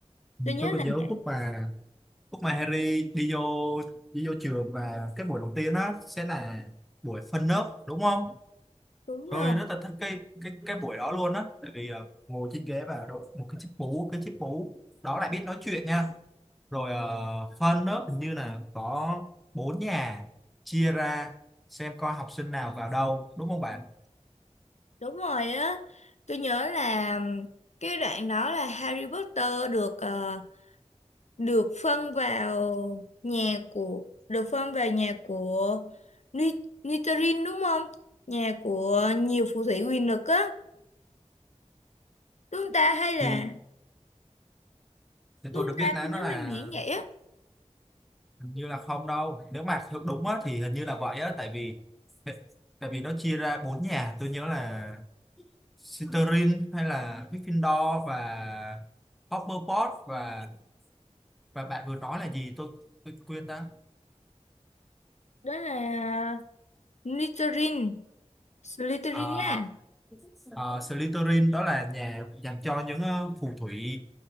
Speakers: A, in the centre; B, on the left (about 70°).
A: Ừ,
B: tôi nhớ
A: Tôi có
B: là
A: nhớ
B: vậy
A: khúc mà lúc mà Harry đi vô đi vô trường và cái buổi đầu tiên á sẽ là buổi phân lớp đúng không
B: đúng
A: tôi
B: rồi
A: rất là thích cái cái cái buổi đó luôn á tại vì ờ, ngồi trên ghế và đội một cái chiếc mũ cái chiếc mũ đó lại biết nói chuyện nha rồi ờ, phân lớp hình như là có bốn nhà chia ra xem coi học sinh nào vào đâu đúng không bạn
B: đúng rồi á tôi nhớ là cái đoạn đó là Harry Potter được ờ, được phân vào nhà của được phân vào nhà của Ni- Slytherin đúng không nhà của nhiều phù thủy quyền lực á đúng không ta hay là
A: thì thì
B: đúng
A: tôi
B: không
A: được biết
B: ta
A: là
B: tôi nhớ
A: nó là
B: mềm mẻn vậy á
A: hình như là không đâu nếu mà theo đúng á thì hình như là vậy á tại vì tại vì nó chia ra bốn nhà tôi nhớ là Slytherin hay là Gryffindor và Hufflepuff và và bạn vừa nói là gì tôi tôi quên đó
B: đó là Slytherin Slytherin
A: à,
B: á
A: à, Slytherin đó là nhà dành cho những ờ, phù thủy